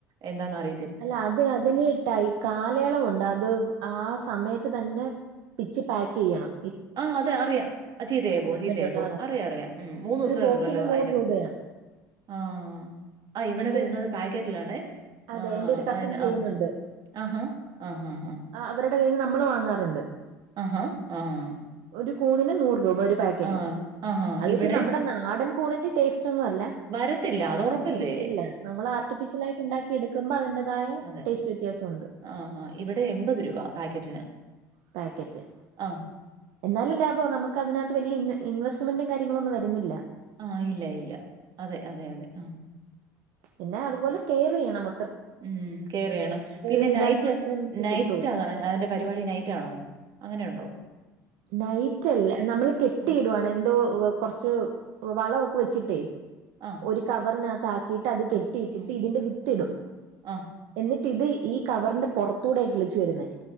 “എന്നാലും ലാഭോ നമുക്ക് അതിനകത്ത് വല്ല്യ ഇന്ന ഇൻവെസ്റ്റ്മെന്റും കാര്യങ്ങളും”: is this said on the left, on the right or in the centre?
Right